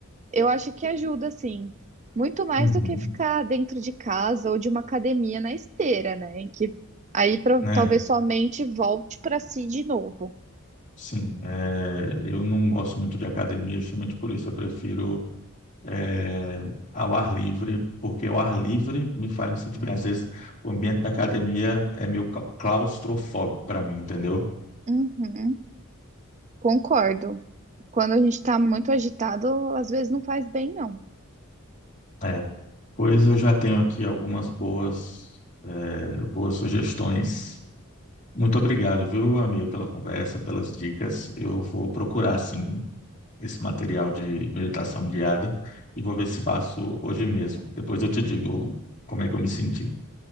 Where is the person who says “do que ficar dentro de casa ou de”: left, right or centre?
Right